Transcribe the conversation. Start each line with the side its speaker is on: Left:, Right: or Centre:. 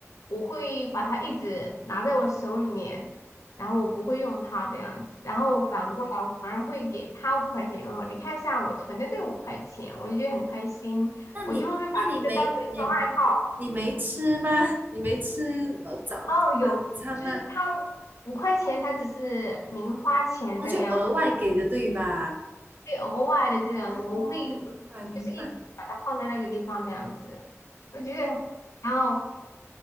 Left: 我会把它一直拿在我手里面，然后我不会用它这样子。然后反过来，我反而会给他五块钱。哦，你看一下我存的这五块钱，我就觉得很开心，
Right: 那你那你没你你你没吃吗？
Left: 我就会把这个当做一种爱好。
Right: <laughs> 你没吃呃早早
Left: 哦，有，
Right: 午餐吗？
Left: 就是他五块钱，他只是零花钱这个样子。
Right: 哦，就额外给的对吧？
Left: 会偶尔的这样子，
Right: 哦，
Left: 我会我就是一直把它放在那个地方这样子，
Right: 明白明白。
Left: 我觉得，然后